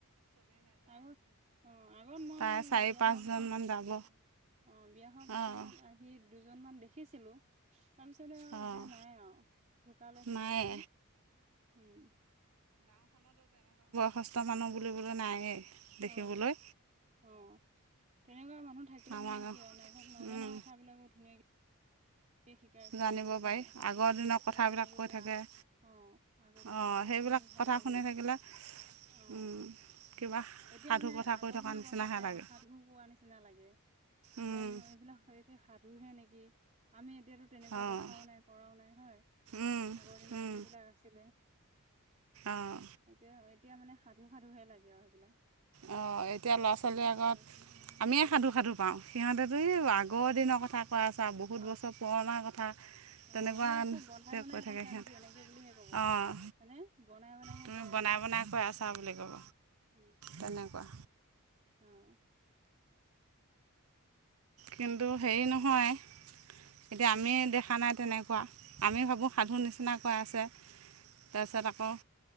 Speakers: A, on the right (about 35°); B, on the right (about 75°).
A: আগত অহ, আগত মই
B: প্ৰায় চাৰি
A: বিয়া
B: পাঁচজনমান
A: হোৱাৰ পিছত অহ,
B: যাব
A: বিয়া হোৱাৰ পিছত
B: অঁ
A: আহি দুজনমান দেখিছিলোঁ। তাৰপিছতে আৰু
B: অঁ
A: এতিয়া নাই আৰু ঢুকালে সেইকেইজনো।
B: নায়ে
A: উম।
B: সুস্থ মানুহ বুলিবলৈ নায়েই দেখিবলৈ।
A: অ অ', তেনেকুৱা মানুহ থাকিলে
B: আমাৰ
A: মানে
B: গাঁও
A: কি আৰু নজ-নজনা
B: উম
A: কথা বিলাকো ধুনীয়াকে শিকাই কৰিলে
B: জানিব
A: হয়
B: পাৰি, আগৰ দিনৰ কথাবিলাক
A: অ জানিব পাৰি
B: কৈ থাকে।
A: আগ অ', আগতে কথাবিলাক
B: অঁ সেইবিলাক
A: শুনিও ভাল
B: কথা
A: লাগে
B: শুনি থাকিলে
A: অ'।
B: উম কিবা
A: এতিয়া
B: সাধু
A: মানে
B: কথা
A: আগৰ
B: কৈ থকা
A: দিনৰ
B: নিচিনাহে
A: কথা অ',
B: লাগে
A: সাধু কোৱা নিচিনা লাগে।
B: অঁ
A: যেন এইবিলাকেই সাধুহে নেকি আমি যিহেতু তেনেকুৱা
B: অঁ
A: দেখাও নাই কৰাও নাই হয়।
B: উম
A: আগৰ দিনত
B: উম
A: যিবিলাক আছিলে,
B: অঁ
A: এতিয়া-এতিয়া মানে সাধু সাধুহে লাগে আৰু সেইবিলাক।
B: অঁ এতিয়া ল'ৰা ছোৱালীৰ
A: উম
B: আগত, আমিয়ে সাধু সাধু পাওঁ, সিহঁতেতো এই আগৰ দিনৰ কথা
A: অ
B: কোৱা <unintelligible> বহুত
A: অ
B: বছৰ পুৰণা কথা।
A: অ',
B: তেনেকুৱাকৈ
A: এইবিলাক চব বনাই বনাই
B: কৈ
A: কৈছা
B: থাকে সিহঁতে
A: নেকি এনেকে বুলিহে কব,
B: অঁ
A: হয়নে বনাই বনাইহে
B: তুমি
A: কৈ আছা।
B: বনাই বনাই কৈ আছা বুলি ক'ব।
A: উম।
B: তেনেকুৱা।
A: অ'।
B: কিন্তু হেৰি নহয় এতিয়া আমি দেখা নাই তেনেকুৱা, আমি ভাবোঁ সাধু নিচনাকৈ আছে। তাৰপিছত আকৌ